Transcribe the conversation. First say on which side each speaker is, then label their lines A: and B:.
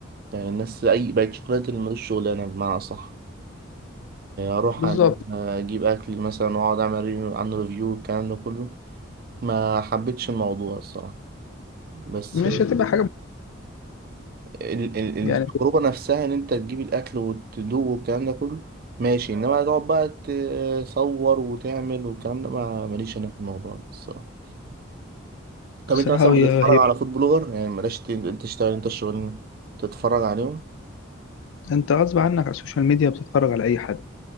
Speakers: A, on the right (about 45°); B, on the left (about 75°).
A: يعني الناس اي بقت شغلانة اللي ملوش شغلانة بمعنى صح اروح
B: بالظبط
A: ان انا اجيب اكل مثلا واقعد اعمل ريفيو عن ريفيو والكلام ده كله ما حبيتش الموضوع الصراحة بس
B: مش هتبقى حاجه
A: ال- ال- التجربة
B: يعني
A: نفسها إن أنت تجيب الأكل وتدوق والكلام ده كله ماشي إنما تقعد بقى تصور وتعمل والكلام ده ما ماليش أنا في الموضوع ده الصراحة طب أنت
B: صراحه
A: مثلا بتتفرج
B: هي هي
A: على فود بلوجر يعني بلاش ت- أنت تشتغل أنت الشغل تتفرج عليهم
B: انت غصب عنك على السوشيال ميديا بتتفرج على اي حد